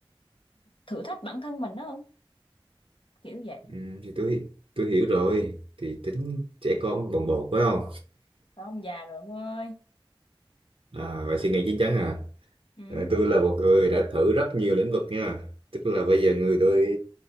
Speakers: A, on the left (about 65°); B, on the right (about 75°).
A: thử thách bản thân mình đó không kiểu vậy
B: Ừ, thì tôi tôi hiểu rồi thì tính trẻ con bồng bột phải không
A: Thôi ông già rồi ông ơi
B: à, vậy suy nghĩ chín chắn à
A: ừ
B: Ờ, tôi là một người đã thử rất nhiều lĩnh vực nha tức là bây giờ người tôi